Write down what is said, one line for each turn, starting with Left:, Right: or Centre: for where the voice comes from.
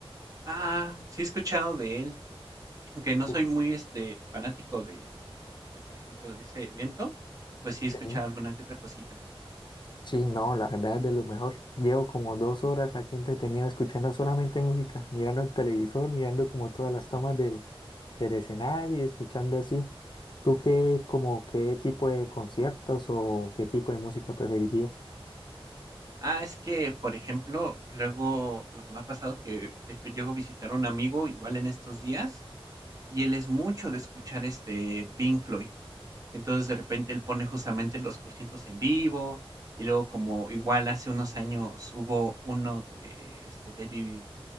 Right: Ah, sí he escuchado de él, aunque no
Left: Uf,
Right: soy muy este fanático de, de, por ejemplo, de ese evento, pues sí he
Left: sí.
Right: escuchado alguna que otra cosita.
Left: Sí, no, la verdad es de lo mejor. Llevo como dos horas aquí entretenido escuchando solamente música, mirando el televisor, mirando como todas las tomas del, del escenario y escuchando así. ¿Tú qué, como qué tipo de conciertos o qué tipo de música preferirías?
Right: Ah, es que, por ejemplo, luego lo que me ha pasado que eh, llego a visitar a un amigo igual en estos días. Y él es mucho de escuchar, este, Pink Floyd. Entonces, de repente, él pone justamente los conciertos en vivo, y luego como igual hace unos años hubo uno de, este, David